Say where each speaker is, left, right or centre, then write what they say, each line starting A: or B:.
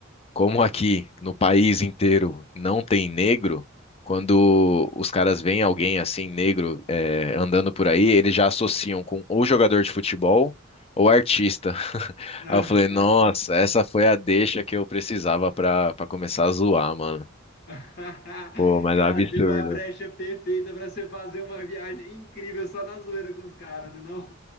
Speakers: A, on the left; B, on the left.
A: como aqui no país inteiro não tem negro, quando os caras veem alguém assim, negro, eh, andando por aí, eles já associam com ou jogador de futebol ou artista. <laughs>
B: <laughs>
A: Aí eu falei, nossa, essa foi a deixa que eu precisava pra, pra começar a zoar, mano.
B: <laughs>
A: Pô, mas
B: Cara,
A: é um absurdo.
B: deu a brecha perfeita para você fazer uma viagem incrível só na zoeira com os caras, né? Não?